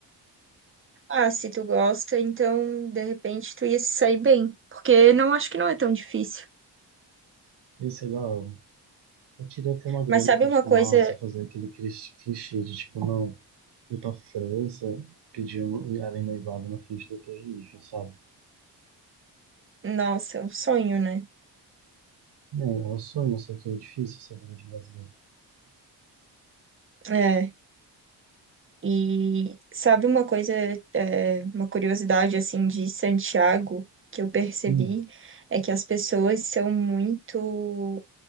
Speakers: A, on the right; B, on the right.
A: Ah, se tu gosta, então de repente tu ia se sair bem, porque não acho que não é tão difícil.
B: Ia ser da hora. Eu queria ter uma grana
A: Mas sabe
B: pra,
A: uma
B: tipo,
A: coisa?
B: nossa, fazer aquele clis- clichê de, tipo, não ir pra França, pedir um, ir além noivado na frente da Torre Eiffel, sabe?
A: Nossa, é um sonho, né?
B: É, é um sonho, só que é difícil essa vida de brasileiro.
A: É. E sabe uma coisa, é, uma curiosidade assim de Santiago que eu percebi
B: Hum,
A: é que as pessoas são muito,